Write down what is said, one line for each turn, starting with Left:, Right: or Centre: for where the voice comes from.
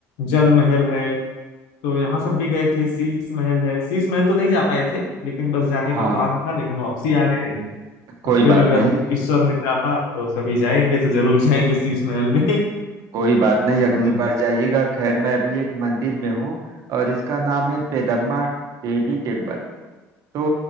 Left: जल महल है तो यहाँ सब भी गए थे शीश महल है शीश महल तो नहीं जा पाए थे लेकिन बस जाने
Right: हाँ
Left: का प्लान था लेकिन वापसी आ गए
Right: कोई
Left: और फिर
Right: बात
Left: अगर
Right: नहीं
Left: ईश्वर ने चाहा तो कभी जाएंगे तो जरूर जाएंगे शीश महल में <laughs>
Right: कोई बात नहीं
Left: हाँ
Right: अगली बार जाइएगा खैर मैं अभी एक मंदिर में हूँ और इसका नाम है पेदम्मा देवी टेम्पल तो